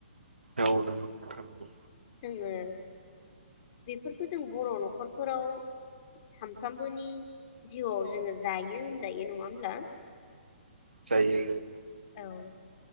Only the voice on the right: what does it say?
औ नंगौ नोथां नंगौ
जायो <unintelligible>